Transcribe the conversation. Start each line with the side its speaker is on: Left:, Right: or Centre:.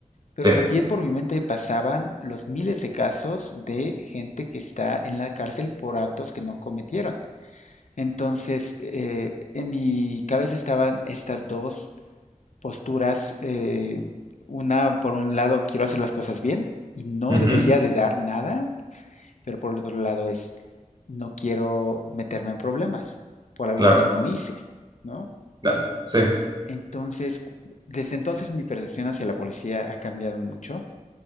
Left: Pero
Right: Sí,
Left: también por mi mente pasaban los miles de casos de gente que está en la cárcel por actos que no cometieron. Entonces, eh, en mi cabeza estaban estas dos posturas. eh, una, por un lado, quiero hacer las cosas bien y no
Right: ujú,
Left: debería de dar nada, pero por el otro lado es, no quiero meterme en problemas por algo
Right: Claro,
Left: que no hice, ¿no?
Right: claro, sí.
Left: Entonces, cu- desde entonces mi percepción hacia la policía ha cambiado mucho,